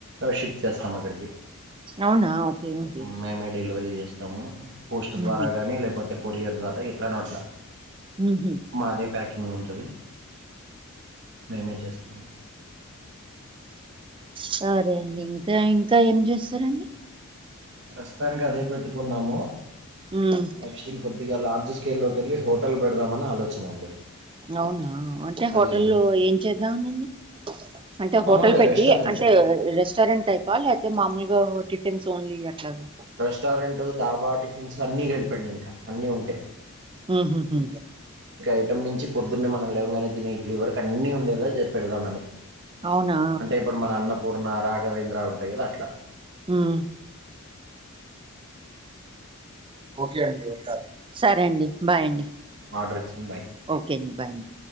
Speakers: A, on the right; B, on the right.
A: షిఫ్ట్ చేస్తాం అక్కడికి
B: అవునా ఓకే ఓకే
A: మేమే డెలివరీ జేస్ స్తము పోస్ట్ ద్వారా
B: ఉహు
A: గాని లేకపోతే కొరియర్ ద్వారా ఎట్లనో అట్లా
B: మ్ హు
A: మాదే ప్యాకింగ్ ఉంటది మేమే జేస్తాము
B: సరే అండి ఇంకా ఇంకా ఏం జేస్తారండి
A: ప్రస్తుతానికి అదే పెట్టుకున్నాము
B: ఉమ్
A: నెక్స్ట్ ఇంకొ ఇగ లార్జ్ స్కేల్లో కెళ్ళి హోటల్ పెడదామని ఆలోచన అండి
B: అవునా అంటే హోటల్లో
A: అది
B: ఏం చేద్దామనండి అంటే
A: మామూలుగా
B: హోటల్ పెట్టి
A: రెస్టారెంట్
B: అంటే
A: అండి
B: రెస్టారెంట్ టైప్ ప్ప లేతే మామూలుగా టిఫిన్స్ ఓన్లీ అట్లాగా
A: రెస్టారెంట్ ధాబా టిఫిన్స్ అన్ని కల్పి అండి ఇంకా అన్ని ఉంటాయి
B: ఉమ్ హుహు
A: ఐటమ్ నించి పొద్దున్నే మనం లేవగానే దినే ఇడ్లీ వర్క్ అన్నీ ఉండేలా చెస్ పెడదామని
B: అవునా
A: అంటే ఇప్పుడు మన అన్నపూర్ణ రాఘవేంద్ర ఉంటాయి గదా అట్లా
B: ఉమ్ ఓకే అండి ఉంటాను సరే అండి బాయ్ అండి
A: ఆర్డర్ ఇచ్చింది బాయ్
B: ఓకే అండి బాయ్ అండి